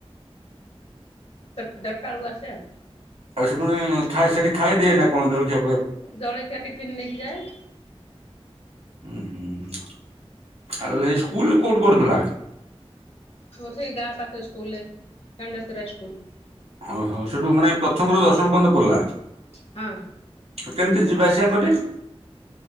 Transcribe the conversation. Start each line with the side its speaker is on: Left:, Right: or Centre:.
Left: ଚା ଚାର୍ଟାବେଳକୁ ଆସେ ଆଉ।
Right: ଆଉ ସେ ଖାଏ ସେଠି ଖାଇଦିଏ ନା କଣ ଜଉଳବ
Left: ଜଳଖିଆ ଟିଫିନ୍ ନେଇକି ଯାଏ।
Right: ହୁଁ ହୁଁ ଆହ ସେଇ ସ୍କୁଲ କୋଉଠି କରୁଥିଲା।
Left: ହର ସେଇ ଗାଁ ପାଖ ସ୍କୁଲ କଣ୍ଡତ ସ୍କୁଲ।
Right: ଓହୋ ସେଠୁ ମାନେ ପ୍ରଥମରୁ ଦଶମ ପର୍ଯ୍ୟନ୍ତ ପଡିଲା।
Left: ହଁ।
Right: କେମିତି ଯିବାଆସିବା କରେ।